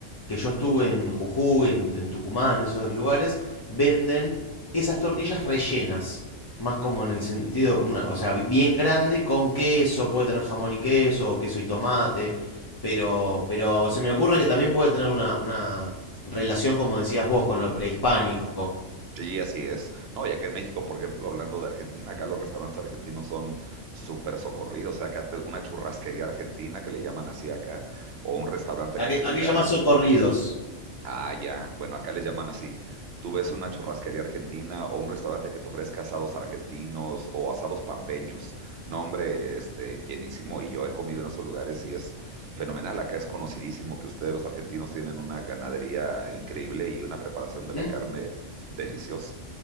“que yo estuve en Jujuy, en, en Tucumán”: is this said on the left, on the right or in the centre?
Left